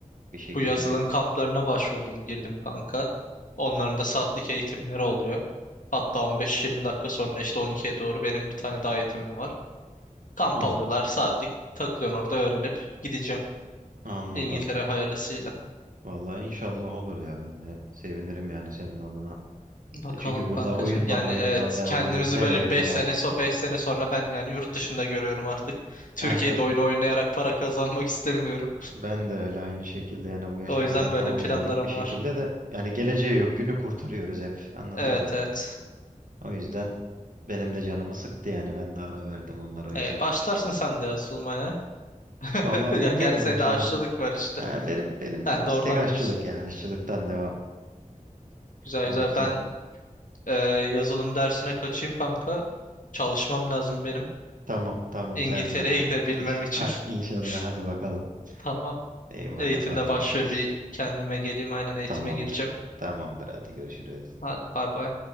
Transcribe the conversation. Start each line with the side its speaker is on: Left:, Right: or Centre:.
Right: bir şekilde
Left: bu yazılım
Right: bir.
Left: kamplarına başvurdum girdim kanka. Onların da saatlik eğitimleri oluyor. Hatta 15-20 dakika sonra işte 12'ye doğru benim bir tane daha eğitimim var. Kamp
Right: Hı.
Left: alıyorlar saatlik takılıyorsun orada öğrenip gideceğim.
Right: Anladım.
Left: İngiltere hayırlısıyla.
Right: Vallahi inşallah olur ya ben de sevinirim yani senin adına.
Left: Bakalım
Right: E Çünkü burada
Left: kankacığım.
Right: oyundan
Left: Yani
Right: oyundan
Left: evet
Right: devam
Left: kendimizi
Right: ediyoruz. Nereye
Left: böyle
Right: kadar?
Left: 5 sene so 5 sene sonra ben yani yurt dışında görüyorum artık. Türkiye'de
Right: Ha, be-
Left: oyun oynayarak para kazanmak <laughs> istemiyorum.
Right: ben de öyle aynı şekilde yani bu yaşa
Left: O
Right: kadar
Left: yüzden
Right: tamam
Left: böyle planlarım
Right: geldik bir şekilde
Left: var.
Right: de yani geleceği yok günü kurtarıyoruz hep anladın
Left: Evet
Right: mı?
Left: evet.
Right: O yüzden benim de canımı sıktı yani ben de ara verdim onlara o yüzden.
Left: Ee, başlarsın sen de yazılmaya.
Right: Vallahi
Left: <laughs>
Right: bilmiyorum
Left: Ya gerçi senin
Right: inşallah.
Left: de aşçılık var işte.
Right: Ha, benim benim
Left: Sen
Right: istek
Left: de oradan
Right: aşçılık
Left: yürüsün.
Right: ya aşçılıktan devam
Left: Güzel
Right: olursa.
Left: güzel. Ben e, yazılım dersine kaçayım kanka. Çalışmam lazım benim.
Right: Tamam tamam
Left: İngiltere'ye
Right: sen madem
Left: gidebilmem
Right: geç.
Left: için.
Right: Hadi, inşallah
Left: <laughs>
Right: hadi bakalım.
Left: Tamam.
Right: İyi madem
Left: Eğitimde
Right: hadi
Left: başlıyor
Right: görüşürüz.
Left: bir kendime geleyim. Aynen eğitime
Right: Tamamdır.
Left: gireceğim.
Right: Tamamdır hadi görüşürüz.
Left: Hadi bay bay.